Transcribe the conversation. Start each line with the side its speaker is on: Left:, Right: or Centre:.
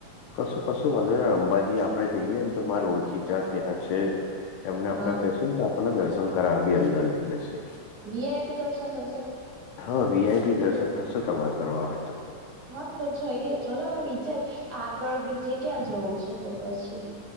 Left: કશું કશું વાંધો ને અંબાજી આપડે જઈએ ને તો મારે ઓળખીતા ત્યાં છે. એમને આપડે
Right: હ
Left: કહીશું ને તો આપણને દર્શન કરાવા બી અંદર લઈ જશે.
Right: વી આઈ પી દર્શન થશે?
Left: હા વી આઈ પી દર્શન થશે તમારે કરવા હોય તો.
Right: હા તો જઈએ ચલો ને વિચાર આગળ બીજે ક્યાં જવું છે તો પછી?